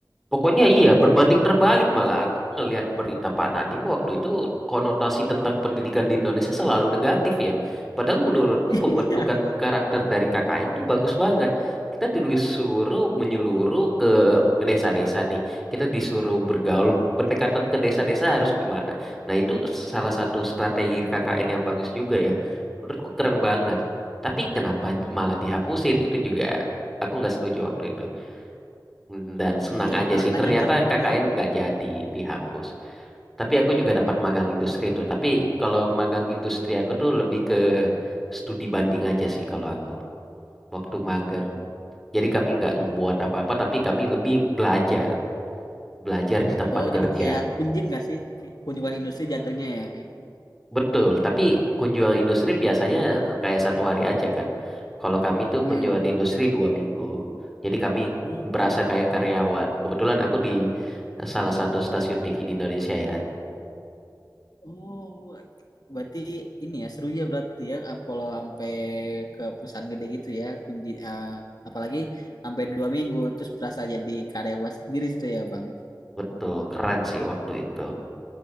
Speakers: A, in the centre; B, on the left.
A: Pokoknya iya, berbanding terbalik malah. Aku ngelihat berita Pak Nadiem waktu itu konotasi tentang pendidikan di Indonesia selalu negatif ya. Padahal menurutku
B: <laughs> iya
A: pembentukan karakter dari KKN tuh bagus banget. Kita disuruh menyeluruh ke desa-desa nih. Kita disuruh bergaul, pendekatan ke desa-desa harus gimana. Nah itu salah satu strategi KKN yang bagus juga ya. Menurutku keren banget. Tapi kenapa malah dihapusin? Itu juga aku nggak setuju waktu itu. Hmm, Dan senang
B: iya
A: aja
B: tanda
A: sih.
B: tanya
A: Ternyata
B: banget
A: KKN
B: kan
A: nggak jadi dihapus. Tapi aku juga dapat magang industri tuh. Tapi kalau magang industri aku tuh lebih ke studi banding aja sih kalau aku. Waktu
B: Hmm.
A: magang. Jadi kami nggak ngebuat apa-apa, tapi kami lebih belajar. Belajar di tempat
B: oh
A: kerja.
B: jadi kayak kunjin nggak sih Kayak kunjungan industri jatuhnya ya kayak
A: Betul, tapi kunjungan industri biasanya eh, kayak satu hari aja kan. Kalau kami tuh
B: hmm.
A: kunjungan industri dua minggu. Jadi kami
B: Hmm.
A: berasa kayak karyawan. Kebetulan aku di eh, salah satu stasiun TV di Indonesia ya.
B: oh berarti ini ya seru ya berarti ya kalau sampai ke perusahaan gede gitu ya kunjin eh, apalagi sampai dua minggu terus berasa jadi karyawan sendiri situ ya bang
A: Betul, keren sih waktu itu.